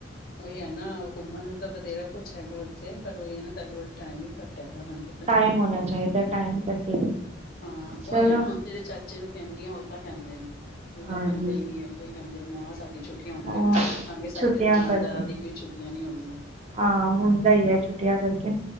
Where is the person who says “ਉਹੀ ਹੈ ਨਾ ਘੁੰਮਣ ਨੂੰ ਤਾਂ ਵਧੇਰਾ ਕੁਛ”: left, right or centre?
Left